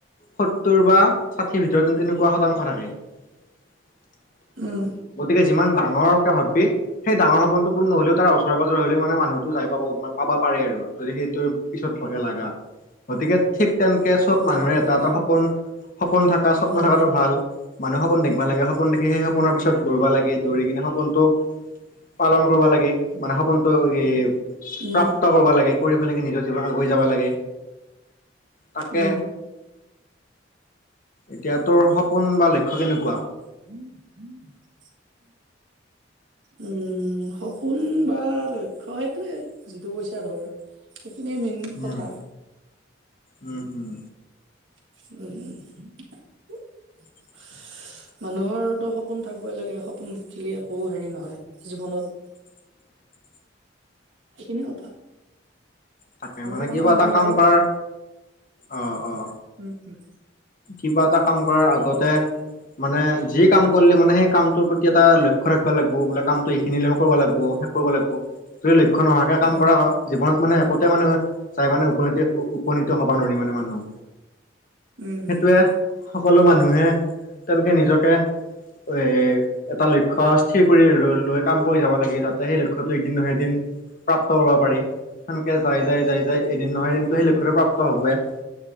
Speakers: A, on the left (about 45°); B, on the right (about 80°).
A: সত্তৰ বা ষাঠিৰ ভিতৰতে তেনেকুৱা শতাংশ থাকে <unintelligible>
B: উম
A: গতিকে যিমান ডাঙৰকে ভাবি সেই ডাঙৰ সপোনটো পূণ নহলেও তাৰ ওচৰে পাজৰে হলেও মানে মানুহতো যাই পাব পাবা পাৰে আৰু যদি সেইটো পিছত ভগে লাগা গতিকে ঠিক তেনেকে চব
B: অ',
A: মানুহে এটা
B: সেইটো
A: এটা সপোন সপোন থাক স্বপ্ন
B: হয় বাৰু
A: থাকাটো ভাল মানুহে সপোন দেখবা লাগে সপোন দেখি সেই সপোনৰ পিছত দৌবা লাগে দৌৰি কিনে সপোনটো পালন কৰবা লাগে মানে সপোনটো এই
B: উম,
A: প্ৰাপ্ত কৰবা লাগে কৰি ফেলে নিজৰ জীৱন আগুৱই যাবা লাগে তাকে
B: উম
A: এতিয়া তোৰ সপোন বা লক্ষ্য কেনেকুৱা
B: <unintelligible> উম সপোন বা লক্ষ্য সেইটোয়ে যিটো কইচা ধৰ সেইখিনিয়ে মেইন
A: উম
B: কথা
A: উম উম
B: উম উম
A: <unintelligible>
B: মানুহৰটো সপোন থাকবাই লাগে সপোন দেখিলে একো হেৰি নহয় জীৱনত
A: <unintelligible>
B: এইখিনি কথা
A: তাকে
B: আৰু
A: মানে
B: সকলো
A: কিবা
B: মানুহে
A: এটা কাম
B: ধৰ
A: কৰাৰ অ অ
B: উম উম
A: কিবা এটা কাম কৰাৰ আগতে মানে, যি কাম কৰিলো মানে সেই কামটোৰ প্ৰতি এটা লক্ষ্য ৰাখিবা লাগিব বোলে কামটো এইখিনিলৈকে কৰিব লাগিব। কৰিব লাগিব, যদি লক্ষ্য নহাকে কাম
B: উম
A: কৰা
B: উম
A: হয়- জীৱনত মানে একোতে মানে চাই মানে উপনী উপনীত হব নোৱাৰি মানে মানুহ।
B: উম
A: সেইটোৱে
B: উম উম
A: সকলো মানুহে তেনেকে নিজকে এ- এটা লক্ষ্য স্থিৰ কৰি লৈ লৈ কাম কৰি যাব লাগে যাতে সেই লক্ষ্যটো এদিন নহয় এদিন- প্ৰাপ্ত কৰিব পাৰি সেনেকে যাই যাই যাই যাই এদিন নহয় এদিনটো সেই লক্ষতে প্ৰাপ্ত হবয়ে।